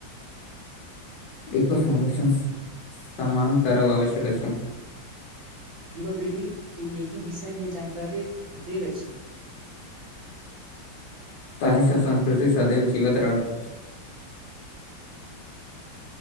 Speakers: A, on the left; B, on the right.
A: एकर संरक्षण समान करब आवश्यक अछि
B: युवा पीढ़ी के एहि विषय मे जानकारी देल अछि
A: ताहि संग संस्कृति सदवि जीवत रहत